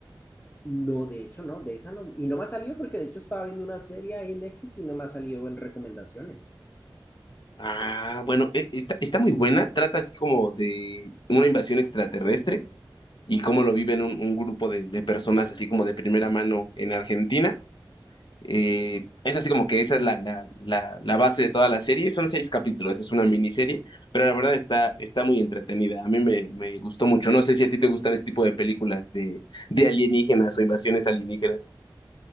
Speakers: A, on the left; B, on the left.
A: No, de hecho, no, de esa no. Y no me ha salido porque de hecho estaba viendo una serie ahí en Netflix y no me ha salido en recomendaciones.
B: Ah, bueno, e- está, está muy buena. Trata así como de una invasión extraterrestre y cómo lo viven un, un grupo de, de personas así como de primera mano en Argentina. Eh, es así como que esa es la, la, la, la base de toda la serie. Son seis capítulos, es una miniserie, pero la verdad está, está muy entretenida. A mí me, me gustó mucho. No sé si a ti te gustan este tipo de películas de, de alienígenas o invasiones alienígenas.